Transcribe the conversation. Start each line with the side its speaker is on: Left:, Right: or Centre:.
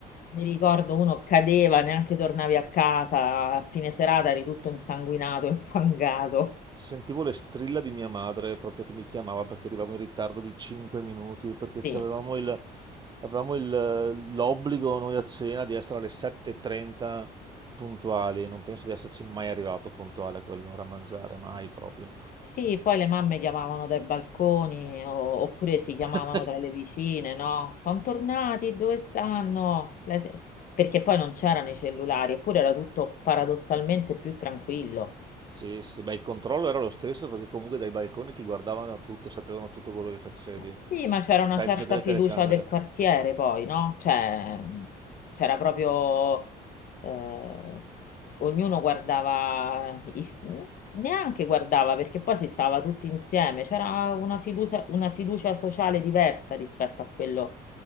Left: mi ricordo uno cadeva, neanche tornavi a casa, a fine serata eri tutto insanguinato, <laughs> infangato.
Right: Sentivo le strilla di mia madre proprio che mi chiamava perché arrivavo in ritardo di 5 minuti perché
Left: Sì.
Right: avevamo il, avevamo il- l'obbligo noi a cena di essere alle 7.30 puntuali. Non penso di esserci mai arrivato puntuale a quell'ora a mangiare, mai proprio.
Left: Sì, poi le mamme chiamavano dai balconi o- oppure si chiamavano
Right: <laughs>
Left: tra le vicine, no? Sono tornati, dove stanno? Le se- Perché poi non c'erano i cellulari, eppure era tutto paradossalmente più tranquillo.
Right: Sì, sì, beh, il controllo era lo stesso perché comunque dai balconi ti guardavano tutto, sapevano tutto quello che facevi.
Left: Sì, ma c'era una
Right: Peggio
Left: certa
Right: delle
Left: fiducia
Right: telecamere.
Left: del quartiere poi, no? Cioè, c'era proprio... eh, ognuno guardava... i- neanche guardava perché poi si stava tutti insieme. C'era una fiducia, una fiducia sociale diversa rispetto a quello